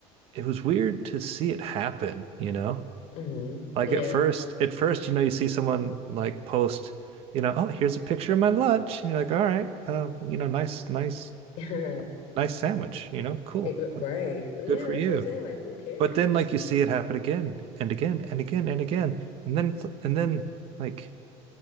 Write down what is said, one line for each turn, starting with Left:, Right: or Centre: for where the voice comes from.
Right: it was weird to see it happen, you know?
Left: hmm
Right: Like
Left: Yeah.
Right: at first, at first, you know, you see someone like post, you know, oh, here's a picture of my lunch. And you're like, all right, uh, you know, nice, nice,
Left: <laughs>
Right: nice sandwich, you know, cool.
Left: It-
Right: Like,
Left: right. Yeah,
Right: Good for
Left: that's
Right: you.
Left: what I'm saying. Like who cares?
Right: But then like you see it happen again and again and again and again. And then and then like